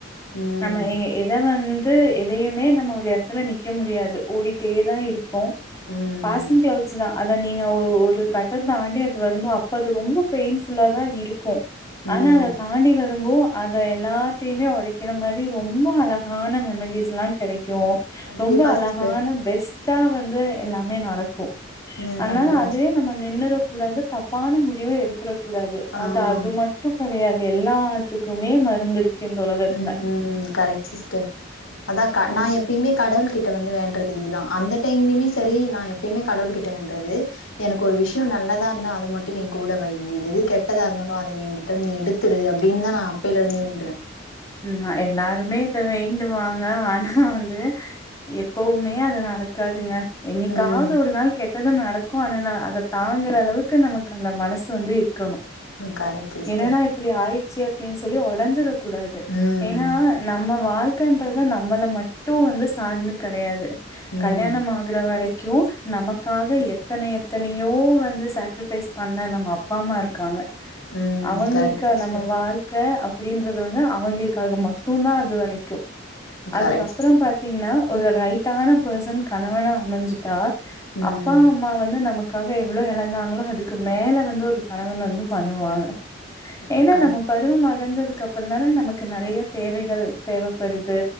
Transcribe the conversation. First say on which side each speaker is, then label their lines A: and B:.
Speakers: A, on the left (about 80°); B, on the left (about 15°).
A: ம்
B: நம்ம ஏ எத வந் ஏ எதையுமே நம்ம ஒரு எடத்துல நிக்க முடியாது ஓடிட்டே தான் இருப்பே அப்போ
A: ம்
B: பாசிங் கிளவுட்சுதான் அதை நீங்க ஒரு கட்டடோ தாண்டி அது வருமோ அப்போ அது ரொம்ப பெயின்ஃபுல்லா தான் இருக்கும்
A: ம்
B: ஆனா அத தாண்டி வரும்போ அந்த எல்லாத்தையுமே உடை இந்த மாரி ரொம்ப அழகான மெமரிஸ் லாம் கிடைக்கும் அப்பரோ
A: கண்டிப்பா
B: ரொம்போ அழகான
A: சிஸ்டர்
B: பெஸ்ட் டா வந்து எல்லாமே நடக்கோ
A: ம்
B: அனால
A: கண்டிப்பா
B: அதவே
A: சிஸ்
B: நம்ம நின்னரு கூடாது தப்பான முடிவ எடுத்துட கூடாது
A: ஆ
B: அதா அது மட்டும் கெடையாது எல்லாத்துக்குமே மருந்து இருக்கு உலகத்துல
A: உம் கரெக்ட் சிஸ்டர் அதான்
B: ம்
A: நா எப்பயுமே கடவுள் கிட்ட கிட்ட வந்து வேண்றது இதுதான் அந்த டைம்லயுமே சரி நான் எப்பயுமே கடவுள் கிட்ட வேன்றறது எனக்கு ஒரு விஷயம் நல்லதா இருந்தா அதை மட்டும் என் கூட வை எது கெட்டதா இருந்தாலும் அதை என்கிட்ட இருந்து எடுத்துரு அப்படின்னுதான் நான் அப்பையில இருந்துே வேண்டுவேன்
B: உம் எல்லாருமே இத வேண்டுவாங்க ஆனா வந்து எப்போ உண்மையே அது நடக்காதுங்க என்னைக்காவது
A: ம்
B: ஒரு நாள் கெட்ட ஏதோ நடக்கும் ஆனா அதை தாங்குற அளவுக்கு நமக்கு அந்த மனசு வந்து இருக்கணும்
A: ம் கரெக்ட் சிஸ்டர்
B: என்னன்னா இப்படி ஆயிருச் செரி ஓகேனு சொல்லி ஒடஞ்சுற கூட
A: ம்
B: ஏன்னா நம்ம வாழ் இருக்கு கின்றத நம்மள மட்டும் வந்து சார்ந்து கிடையாது
A: ம்
B: கல்யாணம் ஆகுரவரை- க்கியோ நமக்காக எத்தனை எத்தனையோ வந்து சேக்ரிபைஸ் பண்ண நம்ம அப்பா அம்மா இருக்காங்க
A: ம்
B: அவங்களுக்கு
A: கரெக்ட் சிஸ்டர்
B: நம்ம வாழ்க்க அப்டின்றது வந்து அவங்களுக்காக மட்டும் தான் அது வரைக்கும் அதுக்கப்புறம்
A: கரெக்ட் சிஸ்டர்
B: பாத்தீங்கன்னா ஒரு ரைட்டான பர்சன் கணவணா அமைஞ்சுட்டா
A: ம்
B: அப்பா அம்மா வந்து நமக்கு அதுக்காக எவ்ளோ எழந்தாங்களோ அதுக்கு மேல வந்து ஒரு கணவன் வந்து பண்ணுவாங்க
A: யா
B: ஏன்னா
A: கரெக்ட்
B: நம்ம பருவம் அடந்த கப்பற <unintelligible> அதனால நமக்கு நறைய தேவைகள் தேவைப்படுது